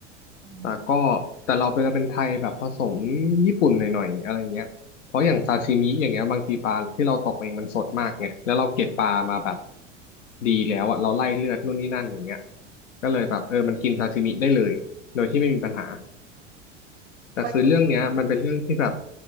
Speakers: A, on the right; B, on the left.
A: อืม
B: แต่ก็แต่เราเป็นเป็นไทยแบบผสมญี่ปุ่นหน่อยๆอะไรเงี้ยเพราะอย่างซาชิมิอย่างเงี้ยบางทีปลาที่เราตกเองมันสดมากไงแล้วเราเก็บปลามาแบบดีแล้วอะเราไล่เลือดนู่นนี่นั่นอย่างเงี้ยก็เลยแบบเออมันกินซาชิมิได้เลยโดยที่ไม่มีปัญหา แต่คือเรื่องเนี้ยมันเป็นเรื่องที่แบบ
A: เฮ้ย